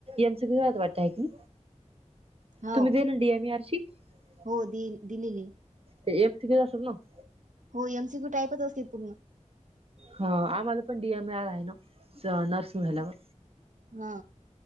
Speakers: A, on the right; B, on the right.
A: एमसी कात वाटत आहे मी
B: हो
A: तुम्ही देल डीएम आर ची <unintelligible>
B: हो दि दिलेली
A: ते एमिके द अस ना <inaudible>
B: हो एमसी कू टाईपच असतील पूर्ण
A: ह आम्हाला पण डीएम ए आर आहे ना नर्सिंग झाल्यावर
B: हा